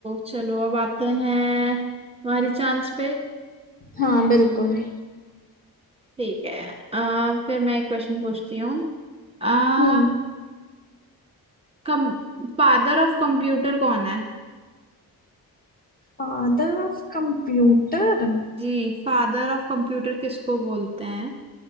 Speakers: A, on the right; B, on the left.
A: चलो अब आते हैं हमारी चांस पे
B: हाँ बिल्कुल
A: ठीक है आ, फिर मैं एक क्वेश्चन पूछती हूँ आ,
B: हम्म
A: कम फादर ऑफ कंप्यूटर कौन है
B: Father of computer
A: जी फादर ऑफ कंप्यूटर किसको बोलते हैं